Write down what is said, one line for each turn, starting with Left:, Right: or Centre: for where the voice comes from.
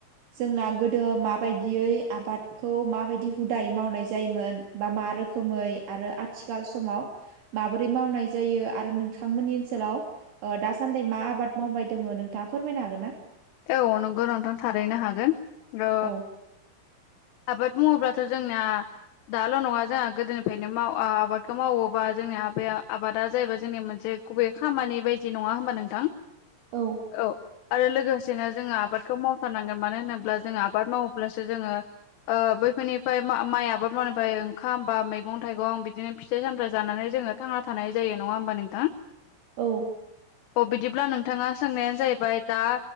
Right: जोंना गोदो माबायदियै आबादखौ माबायदि हुदायै मावनाय जायोमोन। बा मा रोखोमै आरो आथिखाल समाव माबोरै मावनाय जायो आरो नोंथांमोननि ओनसोलाव ओ दा सान्दै मा आबाद मावबाय दोङो नोंथाङा फोरमायनो हागोनना?
Left: औ नंगौ नोंथां थारैनो हागोन ओ
Right: औ
Left: आबाद बुङोब्लाथ' जोंनिया दाल' नङा जोङा गोदोनिफ्रायनो माव आ आबादखौ मावो बा जोंनि आबाया आबादा जाहैबाय जोंनिया मोनसे गुबैयै खामानि बायदि नङा ओमबा नोंथां?
Right: औ
Left: औ आरो लोगोसेनो जोङो आबादखौ मावफानांगोन मानो होनोब्ला जोङो आबाद मावोब्लासो जोङो ओ बैफोरनिफ्राय माइ आबाद मावनायनिफ्राय ओंखाम बा मैगं थाइगं बिदिनो फिथाइ सामथाइ जानानै जोङो थांना थानाय जायो नङा ओमबा नोंथां?
Right: औ
Left: अ बिदिब्ला नोंथाङा सोंनायानो जाहैबाय दा